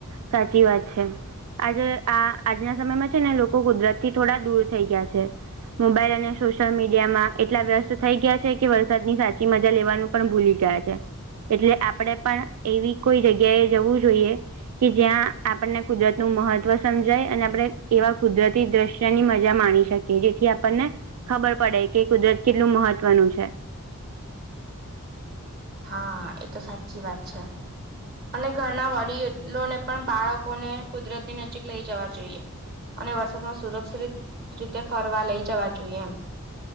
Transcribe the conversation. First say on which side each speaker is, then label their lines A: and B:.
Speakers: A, on the right; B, on the right.
A: સાચી વાત છે. આજે આ આજના સમયમાં છે ને લોકો કુદરત થી થોડા દૂર થઈ ગયા છે. મોબાઈલ અને સોશિયલ મીડિયામાં એટલા વ્યસ્ત થઈ ગયા છે કે વરસાદની સાચી મજા લેવાનું પણ ભૂલી ગયા છે એટલે આપણેે પણ એવી કોઈ જગ્યાએ જવું જોઈએ. કે જ્યાં આપણને કુદરત નું મહત્વ સમજાય અને આપણે એવા કુદરતી દ્રશ્યની મજા માણી શકીએ. કે જેથી આપણને ખબર પડે કે કુદરત કેટલું મહત્વનું છે.
B: હા એ તો સાચી વાત છે. અને ઘરના વડીલોને પણ બાળકોને કુદરતની નજીક લઈ જવા જોઈએ. અને વરસાદમાં સુરક્ષિત રીતે ફરવા લઈ જવા જોઈએ એમ.